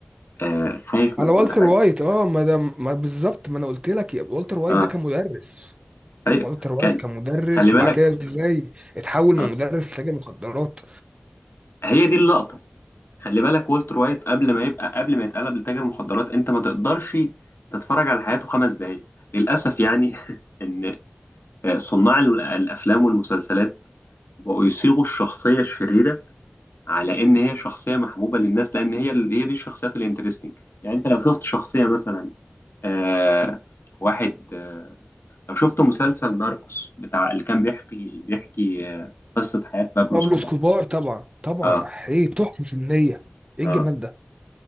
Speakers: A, on the left; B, on the right.
A: آه خايف من
B: على
A: كل
B: والتر
A: حاجه
B: وايت اه ما ده ما بالظبط ما انا قلت لك يا- والتر وايت
A: اه
B: ده كان مدرس
A: هي
B: والتر وايت
A: كان
B: كان مدرس
A: خلي بالك
B: وبعد كده ازاي اتحول من
A: آه
B: مدرس لتاجر مخدرات
A: هي دي اللقطه خلي بالك والتر وايت قبل ما يبقى قبل ما يتقلب لتاجر مخدرات انت ما تقدرش تتفرج على حياته خمس دقايق للاسف يعني <laughs> ان آه، صناع ال- الافلام والمسلسلات بقوا يصيغوا الشخصيه الشريره على ان هي شخصيه محبوبه للناس لان هي ال- هي دي الشخصيات الانترستنج يعني انت لو شفت شخصيه مثلا آه واحد آه لو شفت مسلسل ناركوس بتاع اللي كان بيحكي بيحكي آه قصه حياه بابلو
B: بابلو
A: اسكوبار
B: اسكوبار طبعا طبعا
A: اه
B: ايه تحفة فنية ايه
A: اه
B: الجمال ده